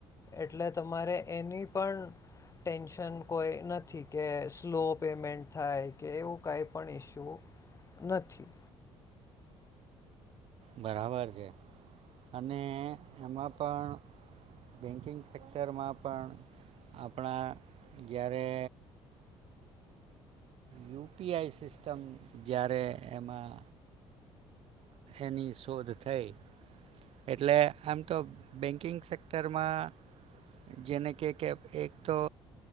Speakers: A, on the left (about 25°); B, on the right (about 60°).
A: એટલે તમારે એની પણ ટેન્શન કોઈ નથી કે સ્લો પેમેન્ટ થાય કે એવું કઈ પણ ઈસ્યુ નથી.
B: બરાબર છે અને એમાં પણ બેંન્કિંગ સેક્ટરમાં પણ આપણા જ્યારે યુપીઆઈ સિસ્ટમ જ્યારે એમાં. એની શોધ થઈ એટલે આમ તો બેન્કિંગ સેક્ટરમાં જેને કે કે એક તો